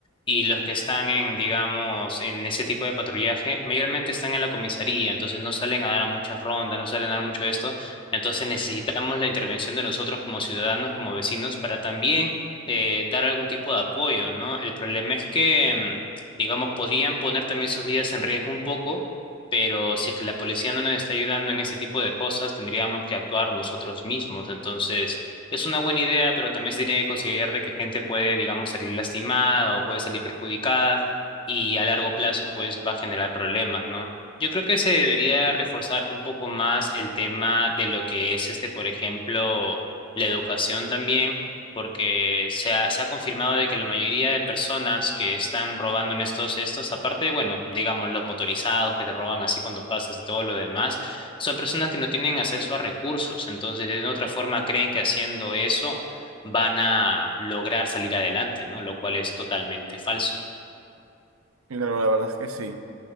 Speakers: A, on the left (about 25°); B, on the right (about 80°).
A: y los que están en, digamos, en ese tipo de patrullaje, mayormente están en la comisaría, entonces no salen a dar a muchas rondas, no salen a dar mucho de esto, entonces necesitamos la intervención de nosotros como ciudadanos, como vecinos, para también eh, dar algún tipo de apoyo, ¿no? El problema es que digamos, podrían poner también sus vidas en riesgo un poco, pero si es que la policía no nos está ayudando en este tipo de cosas, tendríamos que actuar nosotros mismos. Entonces, es una buena idea, pero también se tiene que considerar de que gente puede, digamos, salir lastimada o puede salir perjudicada y a largo plazo, pues, va a generar problemas, ¿no? Yo creo que se debería reforzar un poco más el tema de lo que es este, por ejemplo, la educación también porque se ha, se ha confirmado de que la mayoría de personas que están robando en estos, estos, aparte, bueno, digamos, los motorizados que te roban así cuando pasas y todo lo demás, son personas que no tienen acceso a recursos, entonces de otra forma creen que haciendo eso van a lograr salir adelante, ¿no? Lo cual es totalmente falso.
B: Claro, la verdad es que sí.